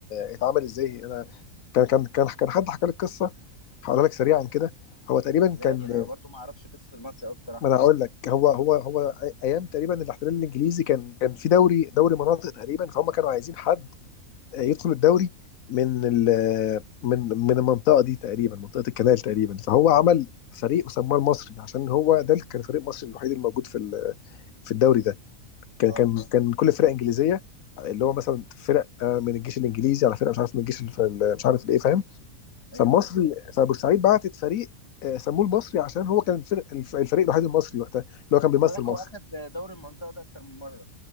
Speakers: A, on the left; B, on the left.
A: آه، اتعمل ازاي انا كان كان كان كان حد حكى لي القصه هقولها لك سريعا كده هو تقريبا
B: ولادي
A: كان
B: انا برضو ما اعرفش قصه المصري قوي بصراحه
A: ما انا هقول لك هو هو هو أي- ايام تقريبا الاحتلال الانجليزي كان كان في دوري دوري مناطق تقريبا فهم كانوا عايزين حد يدخل الدوري من ال من من المنطقه دي تقريبا منطقه الكنال تقريبا فهو عمل فريق وسماه المصري عشان هو ده اللي كان فريق مصري الوحيد الموجود في ال- في الدوري ده كان
B: اه
A: كان كان كل فرق انجليزيه اللي هو مثلا فرق آه، من الجيش الانجليزي على فرق مش عارف من الجيش الف- مش عارف الايه فاهم فالمصري
B: ايوه ايوه
A: فبورسعيد بعتت فريق آه، سموه المصري عشان هو كان الفرق الف- الفريق الوحيد المصري وقتها اللي هو كان بيمثل
B: خد بالك
A: مصر
B: هو اخد دوري المنطقه ده اكتر من مره